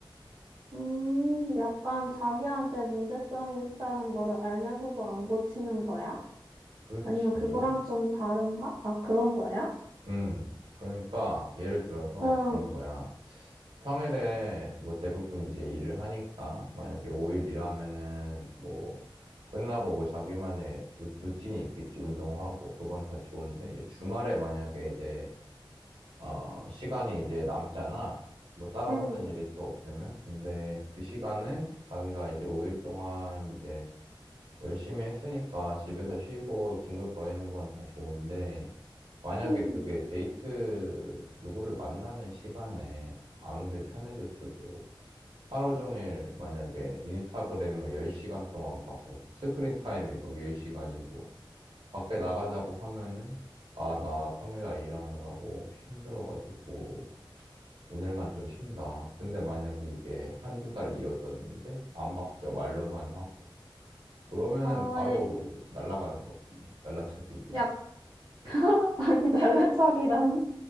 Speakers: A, on the right; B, on the right.
A: 음, 약간 자기한테 문제점이 있다는 거를 알면서도 안 고치는 거야?
B: 그렇지.
A: 아니면 그거랑 좀 다른가? 아, 그런 거야?
B: 음, 그러니까 예를 들어서
A: 응,
B: 그런 거야. 평일에 뭐 대부분 이제 일을 하니까 만약에 5일 일하면은 뭐 끝나고 뭐 자기만의 루- 루틴이 있겠지, 운동하고, 그건 다 좋은데, 이제 주말에 만약에 이제, 어, 시간이 이제 남잖아. 뭐 따로
A: 응,
B: 하는 일이 또 없으면. 근데 그 시간을 자기가 이제 5일 동안 이제 열심히 했으니까 집에서 쉬고 뒹굴거리는 건 다 좋은데, 만약에
A: 응.
B: 그게 데이트 누구를 만나는 시간에 아무리 편해졌어도 하루 종일 만약에 인스타그램을 10시간 동안 봐서 스크린 타임이 막 10시간이고 밖에 나가자고 하면은 아, 나 평일날 일하느라고 힘들어가지고 오늘만 좀 쉰다. 근데 만약에 이게 한두 달 이어졌는데 안 바뀌어 말로만 하고 그러면은
A: 어,
B: 바로
A: 예,
B: 날아가는 거지. 날라차기 그냥.
A: 약, <laughs> 아니, 달라차기라니?